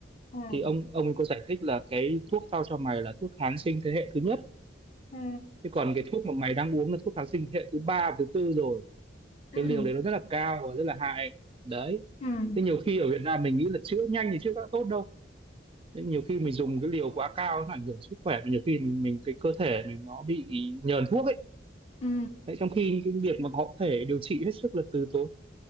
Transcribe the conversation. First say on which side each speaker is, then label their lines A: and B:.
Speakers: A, on the left; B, on the right.
A: ừ
B: thì ông ông ấy có giải thích là cái thuốc tao cho mày là thuốc kháng sinh thế hệ thứ nhất
A: ừ
B: chứ còn cái thuốc mà mày đang uống là thuốc kháng sinh thế hệ thứ ba và thứ tư rồi
A: ừ
B: cái liều đấy nó rất là cao và rất là hại đấy
A: ừ
B: thế nhiều khi ở Việt Nam mình nghĩ là chữa nhanh thì chữa đã tốt đâu Thế nhiều khi mình dùng cái liều quá cao nó ảnh hưởng sức khỏe mà nhiều khi mình mình cái cơ thể mình nó bị nhờn thuốc ấy
A: ừ
B: đấy, trong khi cái việc mà họ có thể điều trị hết sức là từ tốn